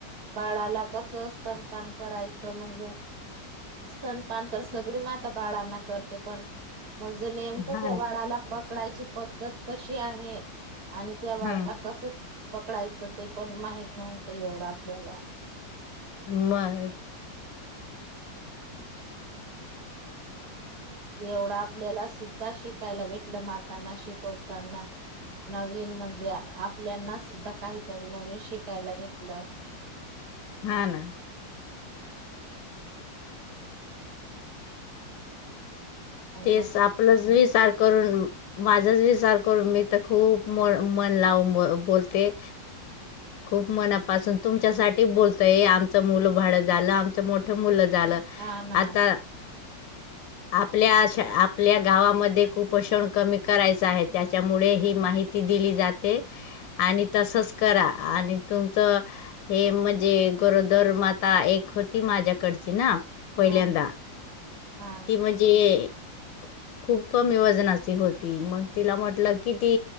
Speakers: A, on the right; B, on the left.
A: बाळाला कस स्तनपान करायचं म्हणजे स्तनपान तर सगळी माता बाळांना करते पण म्हणजे नेमकं
B: हां
A: त्या
B: ना.
A: बाळाला पकडायची पद्धत कशी आहे, आणि त्या बाळाला
B: हां,
A: कसं पकडायचं ते पण माहीत नव्हतं एवढं आपल्याला
B: मग
A: एवढा आपल्याला सुद्धा शिकायला भेटलं, मातांना शिकवताना. नवीन म्हणजे आपल्याना सुद्धा काहीतरी नवीन शिकायला भेटल.
B: हा ना.
A: आणि
B: तेस
A: मग
B: आपलंच विचार करून माझाच विचार करून मी तर खूप म, मन लावून बोलते
A: <inaudible>
B: खूप मनापासून, तुमच्यासाठी बोलतय आमचं मुलं बाळ झालं आमचं मोठं मुलं झालं.
A: हा ना.
B: आता आपल्या अशा, आपल्या गावामध्ये कुपोषण कमी करायचं आहे, त्याच्यामुळे ही माहित ती, दिली जाते आणि तसच करा आणि तुमचं हे म्हणजे गरोदर माता एक होती माझ्याकडची ना. पहिल्यांदा,
A: हा हा
B: ती म्हणजे खूप कमी वजनाची होती, मग तिला म्हटलं किती